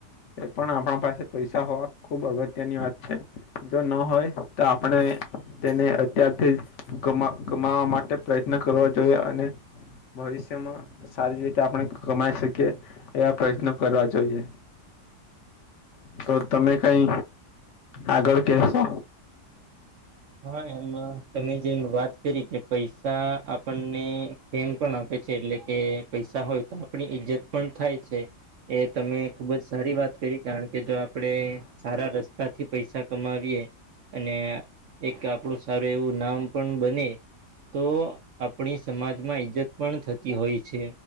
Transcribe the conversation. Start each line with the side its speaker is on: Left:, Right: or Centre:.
Left: એ પણ આપણા પાસે પૈસા હોવા ખુબ અગત્યની વાત છે. જો ન હોય તો આપણે તેને અત્યારથી ગમાવા માટે પ્રયત્ન કરવા જોઈએ અને ભવિષ્યમાં સારી રીતે આપણે કમાઈ શકીએ, એવા પ્રયત્નો કરવા જોઈએ. તો તમે કઈ આગળ કેશો?
Right: હા એમ તમે જેમ વાત કરી કે પૈસા આપણને ફેમ પણ આપે છે, એટલે કે પૈસા હોય તો આપણી ઈજ્જત પણ થાય છે. એ તમે ખુબ જ સારી વાત કરી કારણ કે જો આપડણે સારા રસ્તા થી પૈસા કમાવીએ અને એક આપણું સારું એવું નામ પણ બને, તો આપણી સમાજમાં ઈજ્જત પણ થતી હોય છે.